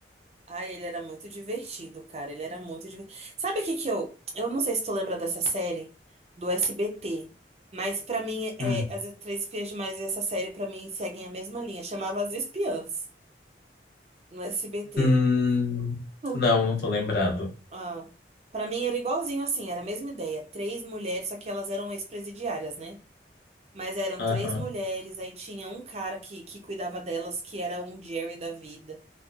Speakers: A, on the right; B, on the left.
A: Ai, ele era muito divertido, cara. Ele era muito divertido. Sabe o que que eu. Eu não sei se tu lembra dessa série do SBT, mas pra mim, é,
B: Hum.
A: As Três Espiãs Demais e essa série, pra mim, seguem a mesma linha. Chamava As Espiãs no SBT.
B: Hum,
A: Hum.
B: não, não tô lembrado.
A: Ah, para mim era igualzinho assim, era a mesma ideia. Três mulheres, só que elas eram ex-presidiárias, né? Mas eram
B: Aham.
A: três mulheres, aí tinha um cara que, que cuidava delas, que era um Jerry da vida.